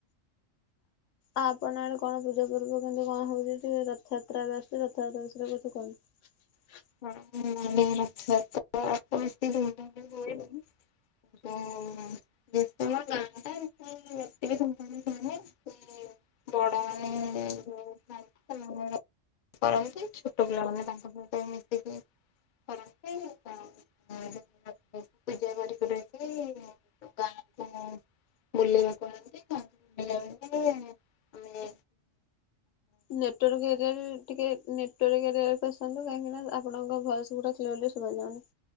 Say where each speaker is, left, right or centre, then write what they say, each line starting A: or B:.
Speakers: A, on the left (about 75°); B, on the left (about 60°).
A: ଆ ଆପଣ ଆଡେ କଣ ପୂଜା ପର୍ବ। ନ୍ତୁ କଣ ହଉଛି ଟିକେ ରଥଯାତ୍ରାବେ ଆସୁଛି ରଥଯାତ୍ରାଷୟରେ କଛି କୁହନ୍ତୁ।
B: <unintelligible> <inaudible> ଯେ ଗାଁ ଟା <inaudible> ଏତେ ବିତାାନ <inaudible> ାନ ସେ ବଡ଼ ମାନେ <unintelligible> କରନ୍ତି, ଛୋଟ ପିଲାମାନେ ତାଙ୍କ ସହିତ ମିଶିକି କରନ୍ତି। ତ ହଁ ପୂଜା କରିକି ରହିଛି ଗାଁ <unintelligible> ବୁଲେଇବାକୁଆଣନ୍ତି । <unintelligible> ଆମେ ହୁଁ
A: ନେଟୱାର୍କ ହେ କେ ଟିକେ ନେଟ <unintelligible> ଆସନ୍ତୁ କାହିଁକିନା ଆପଣଙ୍କ ଭଏସ କ୍ଲିୟର ଶୁଭା ଯାଉନି।